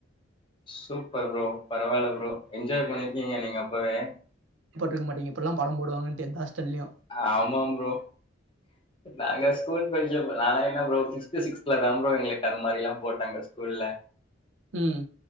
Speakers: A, on the left; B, on the right.
A: சூப்பர் ப்ரோ பரவால்ல ப்ரோ என்ஜாய் பண்ணிருக்கீங்க நீங்க அப்பவே
B: போட்றுக்க மாட்டிங்க இப்பல்லா படம் போடுவங்கன்ட்டு எந்த ஹாஸ்டல்லியு
A: ஆமாம் ப்ரோ நாங்க ஸ்கூல் படிச்ச நாலா என்ன ப்ரோ பிப்த்து சிக்ஸ்த்லதாம் ப்ரோ எங்குளுக்க அந்த மாரிலாம் போட்டாங்க ஸ்கூல்ல
B: உம்